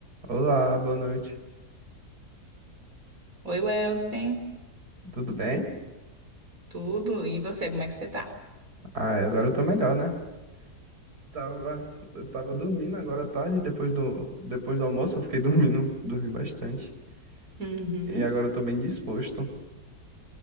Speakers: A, on the right (about 85°); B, on the right (about 60°).
A: Olá, boa noite.
B: Oi, Welston,
A: Tudo bem?
B: tudo? E você, como é que você tá?
A: Ah, agora eu tô melhor, né? Tava, eu tava dormindo agora à tarde, depois do, depois do almoço eu fiquei <laughs> dormindo, dormi bastante.
B: Uhum.
A: E agora eu tô bem disposto.